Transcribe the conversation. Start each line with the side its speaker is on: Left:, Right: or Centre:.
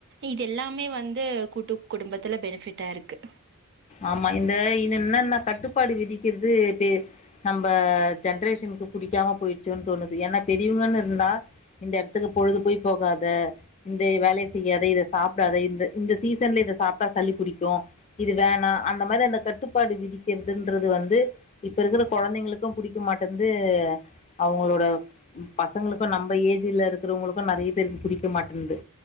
Right: இது எல்லாமே வந்து கூட்டு குடும்பத்துல பெனிஃபிட்டா இருக்கு
Left: ஆமா இந்த இன்னு இன்னான்ன கட்டுப்பாடு விதிக்கறது பே நம் ஜென்ரேஷனுக்கு புடிக்காம போயிடுச்சோன்னு தோணுது ஏன்னா பெரியவங்கன்னு இருந்தா இந்த எடத்துக்கு பொழுது போய் போகாத இந்த வேலைய செய்யாத இத சாப்டாத இந்த இந்த சீசன்ல இத சாப்டா சளி புடிக்கு இது வேணா அந்த மாரி அந்த கட்டுப்பாடு விதிக்கறதுன்றது வந்து இப்ப இருக்கற கொழந்தைங்களுக்கு புடிக்க மாட்டன்து அவுங்களோட பசங்களுக்கு நம்ப ஏஜ்ல இருக்கறவங்களுக்கு நறைய பேருக்கு புடிக்க மாட்டன்து